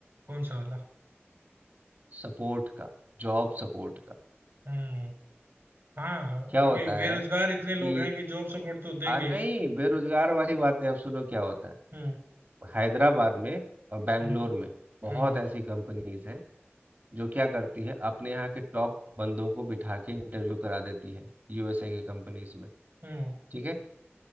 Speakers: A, on the right; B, on the right.
A: कौन सा वाला
B: सपोर्ट का जॉब सपोर्ट का
A: हम्म हाँ
B: क्या
A: क्योंकि
B: होता
A: बेरोजगार
B: है
A: इतने
B: कि
A: लोग हैं कि जॉब सपोर्ट तो देंगे
B: आ नहीं
A: ही
B: बेरोजगार वाली बात नहीं आप सुनो क्या होता
A: हम्म
B: है हैदराबाद में और बैंगलोर
A: हम्म
B: में बहुत
A: हम्म
B: ऐसी कंपनीज हैं जो क्या करती है अपने यहाँ के टॉप बंदों को बिठा के इंटरव्यू करा देती है यूएसए की कंपनीज में
A: हम्म
B: ठीक है